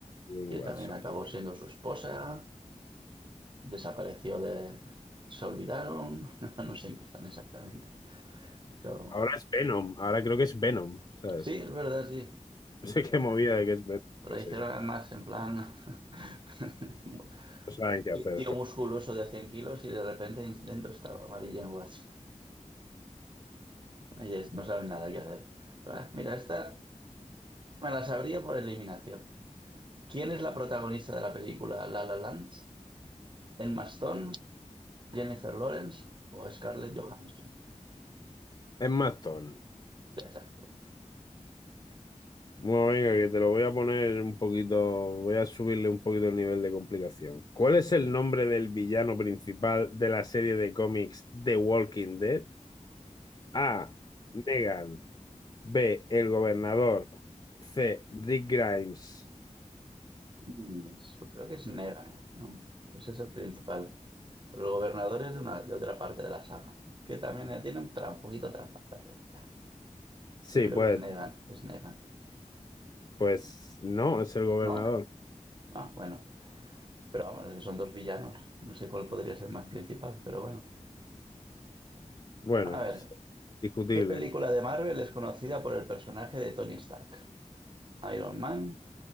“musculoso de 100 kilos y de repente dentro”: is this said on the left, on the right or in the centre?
Right